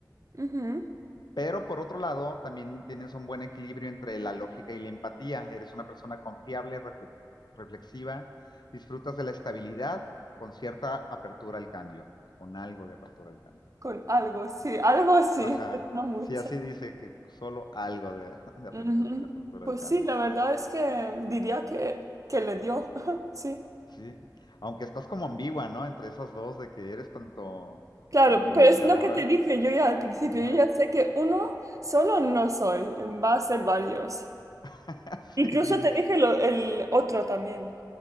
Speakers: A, on the right; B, on the left.
A: ujú.
B: Pero por otro lado, también tienes un buen equilibrio entre la lógica y la empatía. Eres una persona confiable, refle- reflexiva, disfrutas de la estabilidad con cierta apertura al cambio, con algo de apertura al cambio.
A: Con algo, sí, algo así,
B: Ajá.
A: <laughs> pero no mucho.
B: Sí, así dice que solo algo de, <laughs> de
A: Ujú.
B: apen- de apertura
A: Pues
B: al cambio.
A: sí, la verdad es que diría que, que le dio, <laughs> sí.
B: Sí. Aunque estás como ambigua, ¿no? Entre esas dos de que eres tanto,
A: Claro,
B: tanto
A: pero
B: iniciadora.
A: es lo que te dije yo ya al principio,
B: Ajá.
A: yo ya sé que uno solo no soy, va a ser varios.
B: <laughs>
A: Incluso
B: Sí, bien.
A: te dije lo- el otro también.